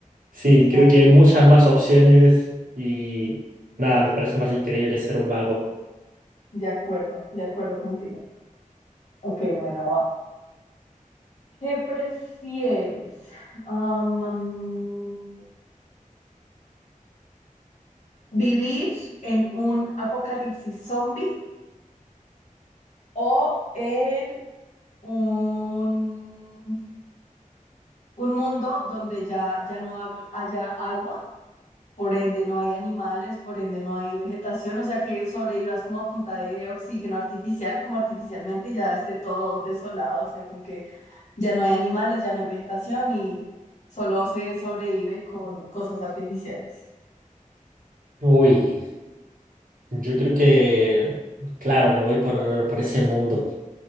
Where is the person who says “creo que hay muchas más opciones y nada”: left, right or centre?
Right